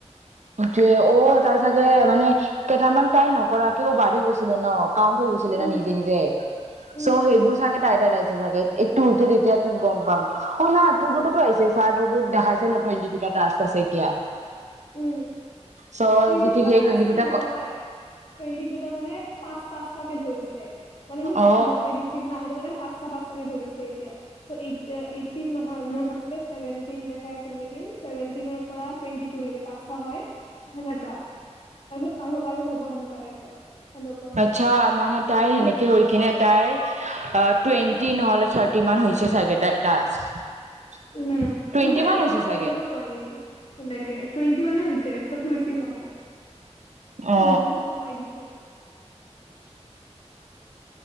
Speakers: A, on the right; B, on the left.
A: সেইটোয়ে অ তাৰ চাগে মানে কেইটামান তাই নকৰাকেও বাঢ়ি গৈছিলে ন। কাউণ্ট হৈ গৈছিলে
B: উম
A: না নিজে নিজে চ'
B: উম
A: সেইবোৰ চাগে তাইৰ তাত চে চাগে এই তোৰটোত এতিয়াটোত গম পাম অ য়া তোৰটোটোত আহিছে ছা তুৰটোত দেখাইছে নকয় তো আছে এতিয়া।
B: উম
A: চ'
B: টুৱেন্টিতা
A: যি ঠিক সেই
B: টাস্ক
A: টুৱেণ্টি দুটা
B: নাই নহয় টুৱেন্টি মানে পাঁচ পাঁচতা কে ধৰিছে। মানে মোৰ এটা
A: অ
B: বঢ়াই দিছিল ন সেইটো কাৰণে পাচ পাঁচটা পাঁচাকে ধৰিছে এতিয়া ত এ এইটিন নহয় মোৰ ফাষ্টতে চেভেন তিন দেখাই আছিল নেকি? চেৱেন্তিনৰ পৰা টুৱেন্টিটোৰ লৈকে পাঁচটা হয়। অ সেনেকা, তাছত আৰু আৰু হ'ব সেনেকুৱা টাইপৰ। সেনেকুৱা হ'ব
A: আচ্ছা মানে তাইৰ সেনেকে
B: উম
A: হৈ কিনে তাইৰ আহ টুৱেণ্টি
B: উম
A: নহল থাৰ কিমান হৈছে চাগেটাৰ টাস্ক।
B: উম কিন্তু
A: টুৱেণ্টি
B: তাই
A: মান
B: কল
A: হৈছে চাগে
B: কৰিবই নোৱাৰিল সেনেকে টুৱেন্টি মানে হৈছে। তাতকে বেছি হোৱা নাই। তাইৰ
A: অ
B: বহুত কমাই দিছে।
A: <unintelligible>